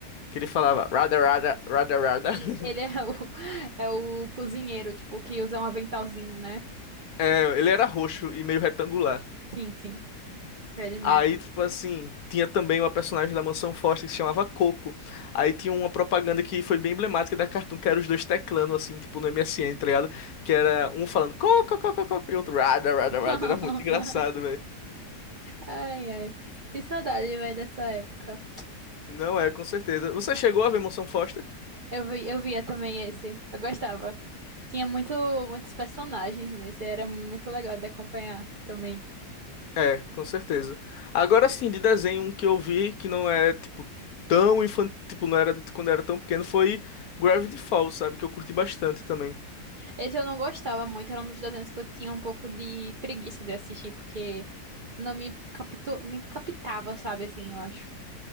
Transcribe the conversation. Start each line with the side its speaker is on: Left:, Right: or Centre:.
Left: Que ele falava, rada, rada, rada, rada.
Right: sim.
Left: <laughs>
Right: Ele é o, <laughs> é o cozinheiro, tipo, que usa um aventalzinho, né?
Left: É, ele era roxo e meio retangular.
Right: Sim, sim. É ele mesmo.
Left: Aí, tipo assim, tinha também uma personagem da Mansão Foster que se chamava Coco. Aí tinha uma propaganda que foi bem emblemática da Cartoon, que era os dois teclando, assim, tipo no MSN, tá ligado? Que era um falando Coco, Coco, Coco, e outro Rada, Rada,
Right: <laughs>
Left: Rada. Era muito engraçado, velho.
Right: Ai, ai. Que saudade, velho, dessa época.
Left: Não é, com certeza. Você chegou a ver Mansão Foster?
Right: Eu vi, eu via também esse. Eu gostava. Tinha muito, muitos personagens nesse. Era muito legal de acompanhar também.
Left: É, com certeza. Agora sim, de desenho, um que eu vi que não é, tipo, tão infantil, tipo, não era de quando eu era tão pequeno, foi Gravity Falls, sabe? Que eu curti bastante também.
Right: Esse eu não gostava muito, era um dos desenhos que eu tinha um pouco de preguiça de assistir, porque não me, capitu... me captava, sabe, assim, eu acho.